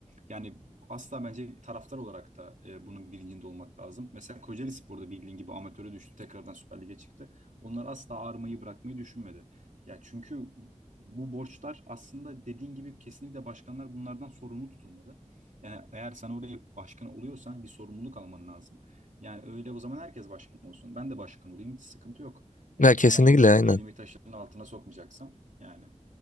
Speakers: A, on the right; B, on the left.
A: Yani asla bence taraftar olarak da e, bunun bilincinde olmak lazım. Mesela Kocaeli Spor'da bildiğin gibi amatöre düştü, tekrardan Süper Lig'e çıktı. Onlar asla ağırmayı bırakmayı düşünmedi. Ya çünkü bu borçlar aslında dediğin gibi kesinlikle başkanlar bunlardan sorumlu tutulmalı. Yani eğer sen oraya başkan oluyorsan bir sorumluluk alman lazım. Yani öyle o zaman herkes başkan olsun. Ben de başkan olayım. Hiç sıkıntı yok. Yani
B: Ya kesinlikle
A: herhangi bir şekilde
B: aynen.
A: elimi taşın altına sokmayacaksam yani.